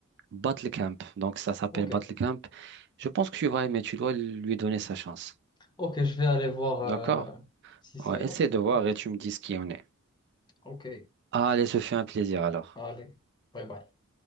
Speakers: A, on the right; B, on the left.
A: Battle Camp, donc ça s'appelle
B: Ok.
A: Battle Camp. Je pense que tu vas aimer, tu dois lui donner sa chance.
B: Ok, je vais aller voir euh,
A: D'accord?
B: si c'est.
A: Ouais, essaie
B: Ok,
A: de voir
B: ça marche.
A: et tu me dis ce qu'il en est.
B: Ok,
A: Allez, se fait un plaisir alors.
B: allez. Bye bye.